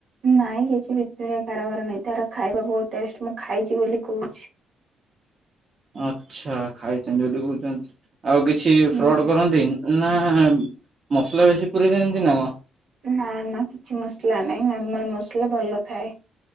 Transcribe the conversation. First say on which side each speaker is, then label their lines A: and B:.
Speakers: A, on the right (about 70°); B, on the right (about 45°).
A: ନାଇଁ କିଛି ଭିତିରିଆ କାରବାର ନାଇଁ, ତାର ଖାଇବା ବହୁତ ଟେଷ୍ଟ ମୁଁ ଖାଇଛି ବୋଲି କହୁଛି।
B: ଆଛା, ଖାଇଛନ୍ତି ବୋଲି କହୁଛନ୍ତି, ଆଉ କିଛି
A: ହୁଁ।
B: ଫ୍ରଡ କରନ୍ତି ନା ମସଲା ବେଶୀ ପୁରେଇ ଦଅନ୍ତି ନା କଣ?
A: ନା ନା କିଛି ମସଲା ନାଇଁ, ନର୍ମାଲ ମସଲା ଭଲ ଥାଏ।